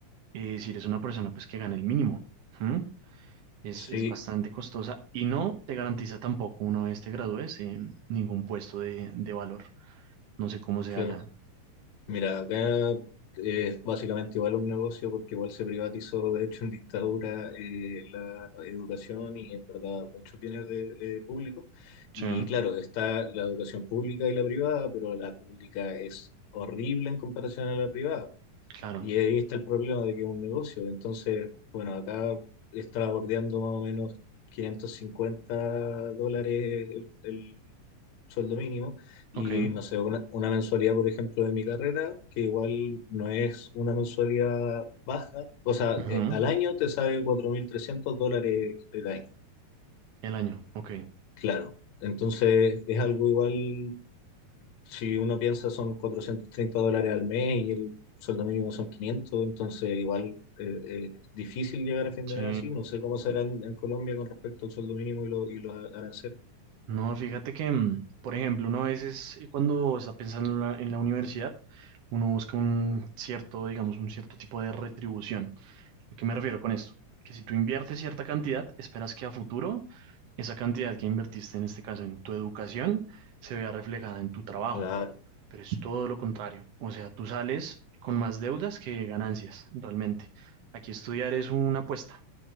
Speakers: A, on the right; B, on the left.
A: eh, si eres una persona pues que gana el mínimo. ¿Mm? Es,
B: Sí,
A: es bastante costosa y no te garantiza tampoco una vez te gradúes eh, ningún puesto de, de valor. No sé cómo
B: claro.
A: sea ya.
B: Mira, acá es básicamente igual un negocio porque igual se privatizó, de hecho, en dictadura eh, la educación y en verdad muchos bienes de, eh, públicos.
A: Sí,
B: Y claro, está la educación pública y la privada, pero la pública es horrible en comparación a la privada.
A: claro.
B: Y ahí está el problema de que es un negocio. Entonces, bueno, acá está bordeando más o menos 550 dólares el, el sueldo mínimo y
A: Ok.
B: no sé, una, una mensualidad, por ejemplo, de mi carrera, que igual no es una mensualidad baja. O sea,
A: ujú,
B: eh, al año te sale 4.300 dólares el año,
A: El año. Ok.
B: claro. Entonces, es algo igual si uno piensa son 430 dólares al mes y el sueldo mínimo son 500, entonces igual eh, eh, es difícil llegar a fin
A: Sí.
B: de mes así. No sé cómo será en, en Colombia con respecto al sueldo mínimo y, lo- y los aranceles.
A: No, fíjate que, mm, por ejemplo, uno a veces eh, cuando está pensando en la, en la universidad, uno busca un cierto, digamos, un cierto tipo de retribución. ¿A qué me refiero con esto? Que si tú inviertes cierta cantidad, esperas que a futuro esa cantidad que invertiste, en este caso en tu educación, se vea reflejada en tu trabajo,
B: Claro,
A: pero es todo lo contrario. O sea, tú sales con más deudas que ganancias, realmente. Aquí estudiar es una apuesta.